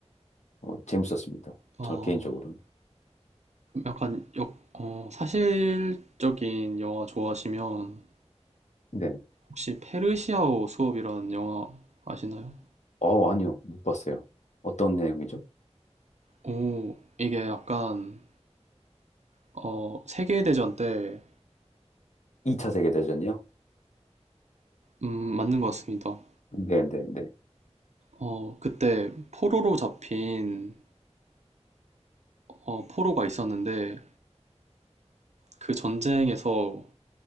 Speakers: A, on the left; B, on the right.
A: 어, 재밌었습니다.
B: 어,
A: 저 개인적으로는.
B: 약간 역, 어, 사실적인 영화 좋아하시면
A: 네.
B: 혹시 페르시아어 수업이라는 영화 아시나요?
A: 어, 아니요. 못 봤어요. 어떤 내용이죠?
B: 오, 이게 약간 어, 세계대전 때
A: 2차 세계대전이요?
B: 음, 맞는 것 같습니다.
A: 네, 네, 네.
B: 어, 그때 포로로 잡힌 어, 포로가 있었는데 그 전쟁에서